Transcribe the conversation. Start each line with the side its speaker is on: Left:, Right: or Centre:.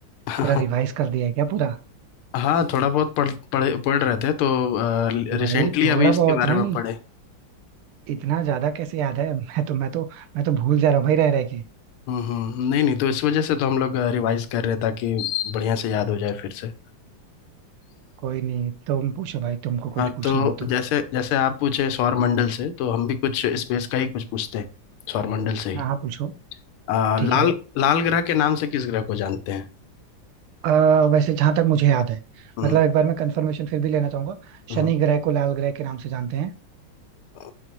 Left: <laughs>
Right: पूरा रिवाइज कर दिया है क्या पूरा
Left: हाँ थोड़ा बहुत पढ़ पढ़े पढ़ रहे थे तो रिसेंटली
Right: भाई थोड़ा
Left: अभी इसके
Right: बहुत
Left: बारे
Right: नहीं
Left: में पढ़े
Right: इतना ज्यादा कैसे याद है <laughs> मैं तो मैं तो मैं तो भूल जा रहा हूँ भाई रह रह के
Left: हम्म हम्म, नहीं नहीं तो इस वजह से तो हम लोग रिवाइज कर रहे हैं ताकि बढ़िया से याद हो जाए फिर से
Right: कोई नहीं तुम पूछो भाई तुमको कुछ
Left: हाँ
Right: पूछना
Left: तो
Right: हो तो
Left: जैसे जैसे आप पूछे सौर मंडल से तो हम भी कुछ स्पेस का ही कुछ पूछते हैं सौर मंडल से ही
Right: हाँ हाँ पूछो
Left: आ,
Right: ठीक
Left: लाल
Right: है
Left: लाल ग्रह के नाम से किस ग्रह को जानते हैं
Right: अ, वैसे जहां तक मुझे याद है
Left: हम्म
Right: मतलब एक बार मैं कंफर्मेशन फिर भी लेना चाहूंगा
Left: हम्म,
Right: शनि ग्रह को लाल ग्रह के नाम से जानते हैं
Left: अ,